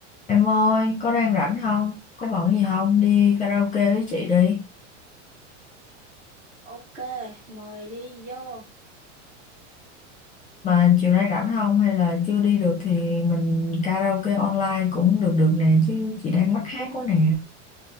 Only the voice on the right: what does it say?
Ok, mời đi vô.